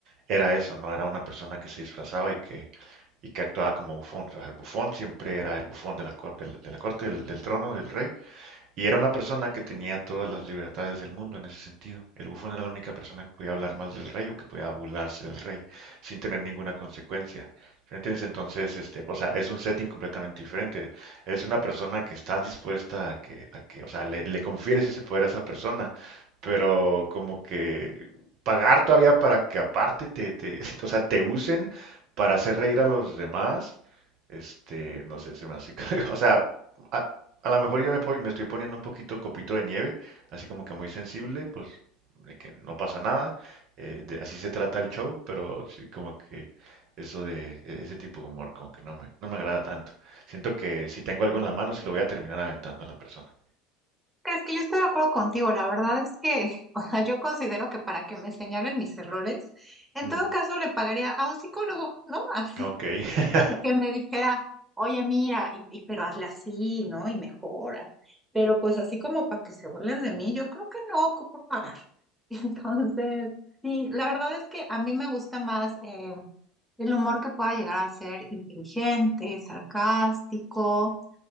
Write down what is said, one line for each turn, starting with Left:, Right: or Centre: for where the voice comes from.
Right: era eso, ¿no? Era una persona que se disfrazaba y que y que actuaba como bufón. O sea, el bufón siempre era el bufón de la, cor- de la corte del, del trono del rey y era una persona que tenía todas las libertades del mundo en ese sentido. El bufón era la única persona que podía hablar mal del rey o que podía burlarse del rey sin tener ninguna consecuencia. ¿Entiendes? Entonces, este, o sea, es un setting completamente diferente. Eres una persona que estás dispuesta a que, a que, o sea, le, le confieres ese poder a esa persona, pero como que pagar todavía para que aparte te, te, <laughs> o sea, te usen para hacer reír a los demás, este, no sé, se me hace, <laughs> o sea, a- a lo mejor yo me, po- me estoy poniendo un poquito copito de nieve, así como que muy sensible, pues de que no pasa nada, eh, de- así se trata el show, pero sí como que eso de e- ese tipo de humor como que no me, no me agrada tanto. Siento que si tengo algo
Centre: Sí.
Right: en la mano se lo voy a terminar aventando a la persona.
Centre: Es que yo estoy de acuerdo contigo, la verdad es que, <laughs> o sea, yo considero que para que me señalen mis errores, en
Right: Ujú.
Centre: todo caso le pagaría a un psicólogo, ¿no? <laughs> Así,
Right: Ok. <laughs>
Centre: y que me dijera, oye, mira, y, y- pero hazle así, ¿no? Y mejora. Pero pues así como para que se burlen de mí, yo creo que no ocupo pagar. <laughs> Entonces, sí, la verdad es que a mí me gusta más eh, el humor que pueda llegar a ser inteligente, sarcástico,